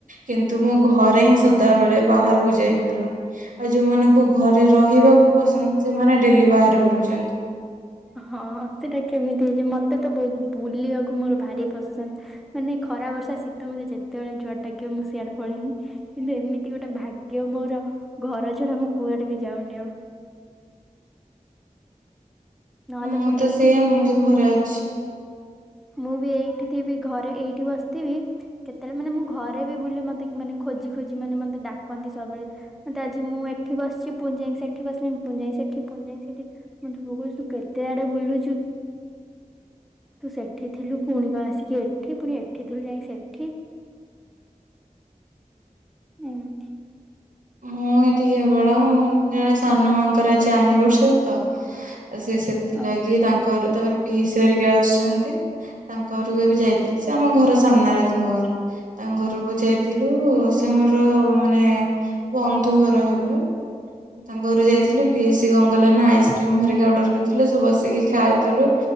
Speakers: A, on the right (about 75°); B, in the centre.
A: କିନ୍ତୁ ମୁଁ ଘରେ ହିଁ ସଦାବେଳେ ବାହାରକୁ ଯାଇ ପାରୁନି ଆଉ ଯୋଉମାନଙ୍କୁ ଘରେ ରହିବାକୁ ପସନ୍ଦ ସେମାନେ ଡେଲି ବାହାରେ ବୁଲୁଛନ୍ତି।
B: ହଁ ସେଟା କେମିତି ହେଇଛି ମତେ ତ ବହୁତ ବୁଲିବାକୁ ମୋର ଭାରି ପସନ୍ଦ ମାନେ ଖରା ବର୍ଷା ଶୀତ ମତେ ଯେତେବେଳେ ଜୁଆଡେ ଡାକିବ ମୁଁ ସିଆଡେ ପଳେଇବି କିନ୍ତୁ ଏମିତି ଗୋଟେ ଭାଗ ଭାଗ୍ୟ ମୋର ଘର ଛାଡ଼ି ଛଡା ମୁଁ କୁଆଡେ ବି ଯାଉନି ଆଉ। ନହେଲେ
A: ମୁଁ ତ
B: ଏଇଠି
A: ସେଇଆ
B: ଥିବି
A: ମୁଁ ବି ଘରେ ଅଛି।
B: ମୁଁ ବି ଏଇଠି ଥିବି ଘରେ ଏଇଠି ବସିଥିବି କେତେବେଳେ ମାନେ ମୁଁ ଘରେ ବି ବୁଲେ ମତେ ମାନେ ଖୋଜି ଖୋଜି ମାନେ ମତେ ଡାକନ୍ତି ସବୁବେଳେ ମତେ ଆଜି ମୁଁ ଏଠି ବସିଛି ପୁଣି ଯାଇ ସେଠି ବସିଲି ପୁଣି ସେଠି ପୁଣିଯାଇ ସେଠି ମୋତେ ବୋଉ କହୁଛି ପୁ କେତେ ଆଡେ ବୁଲୁ ଏଠି ପୁଣି ଏଠି ଥିଲୁ ଯାଇ ସେଠି ଏମିତି
A: ମୁଁ ଏଠି କେବଳ ଉ ଜଣେ ସାନ ମାଙ୍କର ଆଜି ଆନିଭରସରି ତ। ସେ ସେଥିଲାଗି
B: ଓହୋ
A: ତାଙ୍କର ତାପରେ ପିଇସା ହେରିକା ଆସିୁଛନ୍ତି। ତାଙ୍କ ଘରକୁ ଏବେ ଯାଇଥିଲି ସେ ଆମ ଘର ସା ସାମ୍ନାରେ ତାଙ୍କ ଘର ତାଙ୍କ ଘରୁ ଘରକୁ ଯାଇଥିଲୁ ସେ ଆମର ମାନେ ବନ୍ଧୁଘର ହେବେ। ତାଙ୍କ ଘରୁ ଯାଇଥିଲୁ ପିଉସୀ କଣ କଲେ ନା ଆଇସ୍କ୍ରିମ ହେରିକା ଅର୍ଡର କରିଥିଲେ ସବୁ ବସିକି ଖାଉଥିଲୁ